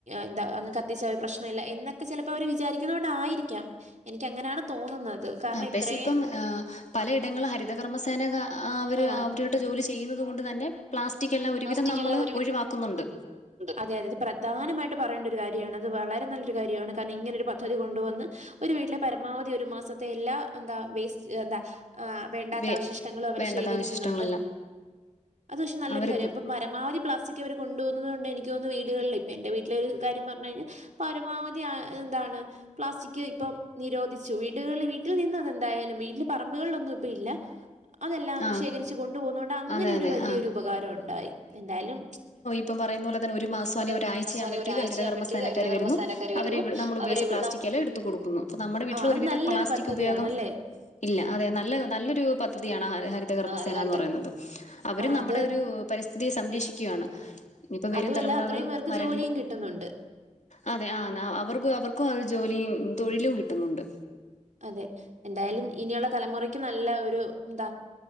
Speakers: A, on the right (about 70°); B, on the left (about 70°).
A: എന്താ അങ് കത്തിച്ച ഒരു പ്രശ്നമല്ല എന്നൊക്കെ ചിലപ്പോ അവര് വിചാരിക്ക കൊണ്ടായിരിക്കാം എനിക്ക് അങ്ങനെയാണ് തോന്നുന്നത് കാരണം
B: പക്ഷെ
A: ഇത്രയും
B: ഇപ്പം പലയിടങ്ങളും ഹരിതകർമ്മസേന അവര്
A: ആ
B: അവരുടെ ജോലി ചെയ്യുന്നുന്നത് കൊണ്ട് തന്നെ പ്ലാസ്റ്റിക് എല്ലാം ഒരുവിധം
A: പ്ലാസ്റ്റിക്
B: നമ്മൾ
A: എല്ലാം ഒരു
B: ഒഴിവാക്കുന്നുണ്ട്
A: അതെ അതെത് പ്രധാനമായിട്ട് പറയേണ്ട ഒരു കാര്യമാണ് അത് വളരെ നല്ലൊരു കാര്യമാണ് കാരണം ഇങ്ങനെ ഒരു പദ്ധതി കൊണ്ടുവന്ന് ഒരു വീട്ട്ലെ പരമാവധി ഒരു മാസത്തെ എല്ലാ എന്താ വേസ്റ്റ് എന്താ വേണ്ടാത്ത
B: വേ
A: അവശിഷ്ടങ്ങളും അവര്
B: വേണ്ടാത്ത
A: ശേഖരിക്കുന്നുണ്ട്
B: അവശിഷ്ടങ്ങളെല്ലാം
A: അത് പക്ഷെ നല്ലൊരു
B: അവരിപ്പം
A: കാര്യ പരമാവധി പ്ലസ്റ്റിക്ക് അവര് കൊണ്ട് പോകുന്നത് കൊണ്ട് എനിക്ക് തോന്നുന്നു വീടുകളിൽ ഇപ്പ എന്റെ വീട്ടിലരു കാര്യം പറഞ്ഞു കഴിഞാൽ പരമാവധി ആ എന്താണ് പ്ലാസ്റ്റിക് ഇപ്പൊ നിരോധിച്ചു വീടുകളിൽ വീട്ടിൽ നിന്ന അതെന്തായാലും വീട്ടെ പറമ്പുകളിലൊന്നും ഇപ്പ ഇല്ല അതെല്ലാം
B: ആ
A: ശേഖരിച്ച് കൊണ്ടുപോന്നത് കൊണ്ട് അങ്ങനെ
B: അതെ
A: ഒരു
B: അതെ
A: വലിയൊരു
B: ആഹ്
A: ഉപകാരം ഉണ്ടായി എന്തായാലും
B: ഇപ്പ പറയുന്നപോലെ ഒരുമാസം
A: അതുപോലെ തന്നെ
B: ഒരാഴ്ച്യമ്പഴത്തേക്ക്
A: ആസ്വാനി ഒരാഴ്ചയാകുമ്പോഴത്തേക്ക്
B: ഹരിതകർമ്മസേനാകാര്
A: ഹരിതകർമ്മസേനക്കാർ
B: വരുന്നു
A: വരുന്നു
B: അവർ നമ്മൾ ഉപയോഗിച്ച
A: അവര് ഇവിടെ
B: പ്ലാസ്റ്റി
A: നമ്മ-
B: എല്ലാം എടുത്ത് കൊടുക്കുന്നു അപ്പ നമ്മുടെ വീട്ടിൽ
A: ആ അത്
B: ഒരുവിധ
A: നല്ലൊരു
B: പ്ലാസ്റ്റിക്
A: പദ്ധതിയാണല്ലേ
B: ഉപയോഗം ഇല്ല അതെ നല്ല നല്ലൊരു പദ്ധതിയാണ് ആ ഹരി ഹരിതകർമ്മസേന
A: ആ, ഹരിത
B: എന്ന് പറയുന്നത് അവർ
A: ആ
B: നമ്മുടെ
A: അത്
B: ഒരു പരിസ്ഥിതിയെ സംരക്ഷിക്കുകയാണ് ഇനിയിപ്പൊ വരും
A: അതുമല്ല
B: തലമുറകൾ
A: അത്രയും പേർക്ക്
B: മരങ്ങ
A: ജോലിയും കിട്ടുന്നുണ്ട്
B: അതെ ആഹ് അവർക്ക് അവർക്കും ആ ജോലിയും തൊഴിലും കിട്ടുന്നുണ്ട്
A: അതെ എന്തായാലും ഇനിയുള്ള തലമുറക്ക് നല്ല ഒരു എന്താ